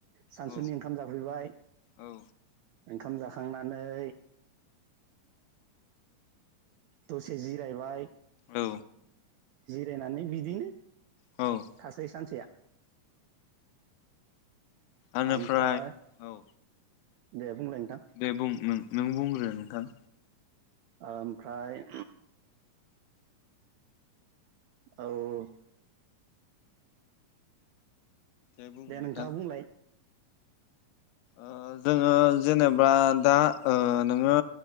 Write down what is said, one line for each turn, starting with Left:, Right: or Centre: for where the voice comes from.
Right: सानसुनि
Left: औ
Right: ओंखाम जाफैबाय।
Left: औ
Right: ओंखाम जाखांनानै दसे जिरायबाय
Left: औ।
Right: जिरायनानै बिदिनो
Left: औ
Right: थासै सानसेया।
Left: ओनोफ्राय
Right: ओमफ्राय
Left: औ
Right: दे बुंलाय नोंथां
Left: दे बुं नों-नों बुंग्रो नोंथां।
Right: ओमफ्राय औ औ
Left: बुं
Right: दे
Left: नोंथां
Right: नोंथाङा बुंलाय
Left: ओ जोङो जेनेबा दा ओ नोङो